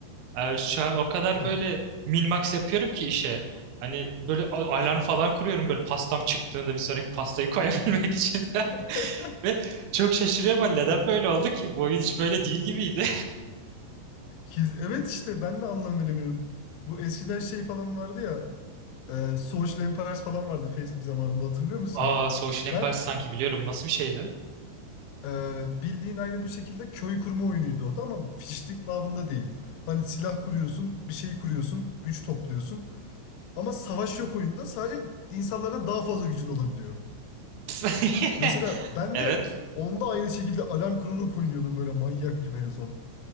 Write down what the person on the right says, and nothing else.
Abi şu an o kadar
böyle min-max yapıyorum ki işe. Hani böyle a- alarm falan kuruyorum böyle pastam çıktığında bir sonraki pastayı koyabilmek <laughs> için.
Ve çok şaşırıyorum hani neden böyle oldu ki? Bu oyun hiç böyle değil gibiydi.
<laughs>
Aa Social
Empire sanki biliyorum. Nasıl bir şeydi?
<laughs>
Evet.